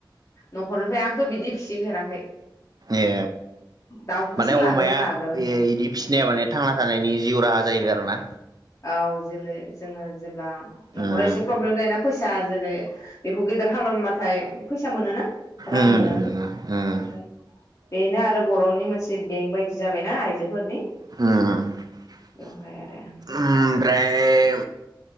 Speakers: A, on the left; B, on the right.
A: न'खरनिफ्राय आंथ बिदि फिसिफेराखै।
B: ए
A: दाउखौसो
B: माने
A: लादोंमोन
B: अमाया
A: आगोलहाय
B: ए इदि फिसिनाया माने थांना थानायनि जिउ राहा जाहैबाय आरो <unintelligible>
A: औ जोलै जोङो जे अब्ला
B: उम
A: न'खराव एसे प्रब्लेम जायोना फैसा जेरै बेखौ गेदेर खालामबाथाय फैसा मोनोना रां
B: उम
A: मोनो
B: उम
A: बेनो आरो बर'नि मोनसे एसे बेंक बायदि जाबायना‌ आइजोफोरनि
B: उम
A: बेवहाय आरो
B: ओमफ्राय